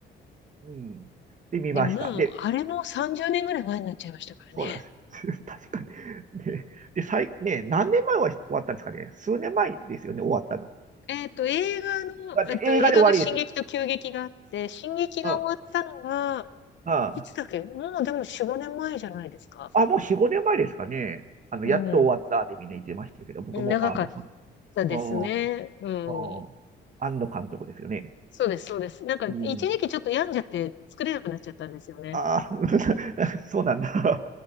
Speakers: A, on the right; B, on the left.
A: うん。で、見ました。
B: でももう、
A: で、
B: あれも30年ぐらい前になっちゃいましたからね。
A: そうなんですよ。<laughs> 確かに。で、で、最、ね、何年前は終わったんですかね。数年前ですよね、終わったの。
B: えっと、映画の、
A: だって映画で終わりです。
B: えっと、映画が進撃と急激があって、進撃が終わったのが、
A: うん、うん。
B: いつだっけもうでも4、5年前じゃないですか。
A: あ、もう4、5年前ですかね。あの、
B: うん。
A: やっと終わったってみんな言ってましたけど、僕も、
B: 長かっ
A: あ、もうそ
B: たですね。
A: の、
B: うん。
A: うん、うん、庵野監督ですよね。
B: そうです、そうです。なんか、
A: うん。
B: 一時期ちょっと病んじゃって作れなくなっちゃったんですよね。
A: ああー、<laughs> そうなんだ。